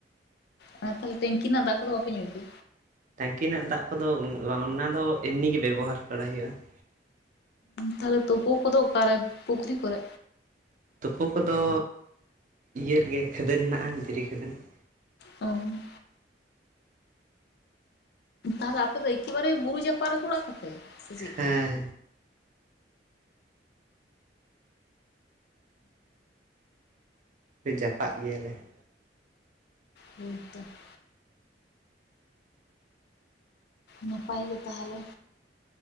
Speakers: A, on the left; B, on the right.
A: ᱛᱟᱦᱚᱞᱮ ᱴᱮᱝᱠᱤ ᱨᱮᱱᱟᱜ ᱫᱟᱜ ᱠᱚᱫᱚ ᱵᱟᱯᱮ ᱧᱩᱭᱟ ᱠᱤ?
B: ᱴᱟᱝᱠᱤ ᱨᱮᱱᱟᱜ ᱫᱟᱜ ᱠᱚᱫᱚ ᱚᱱᱟ ᱫᱚ ᱮᱢᱱᱤ ᱜᱮ ᱵᱮᱵᱚᱦᱟᱨ ᱵᱟᱲᱟᱭ ᱦᱩᱭᱩᱜᱼᱟ ᱾
A: ᱛᱟᱦᱚᱞᱮ ᱛᱳᱯᱳ ᱠᱚ ᱫᱚ ᱚᱠᱟᱨᱮ ᱯᱩᱠᱷᱨᱤ ᱠᱚᱨᱮ?
B: ᱛᱩᱯᱩ ᱠᱚᱫᱚ ᱤᱭᱟᱹ ᱨᱮᱜᱮ ᱠᱷᱟᱹᱫᱟᱹᱱ ᱦᱮᱱᱟᱜᱼᱟ ᱫᱷᱤᱨᱤ ᱠᱷᱟᱹᱫᱟᱹᱱ ᱾
A: ᱚᱸ ᱟᱫᱚ ᱟᱯᱮ ᱫᱚ ᱮᱠᱮᱵᱟᱨᱮ ᱵᱩᱨᱩ ᱡᱟᱯᱟᱜ ᱨᱮ ᱜᱮ ᱚᱲᱟᱜ ᱛᱟᱯᱮ ᱥᱮ ᱪᱮᱫ ᱞᱮᱠᱟ?
B: ᱦᱮᱸ ᱦᱚᱭ ᱡᱟᱯᱟᱜ ᱜᱮᱭᱟᱞᱮ ᱾
A: ᱦᱮᱸ ᱛᱚ ᱾ ᱱᱟᱯᱟᱭ ᱜᱮ ᱛᱟᱦᱚᱞᱮ,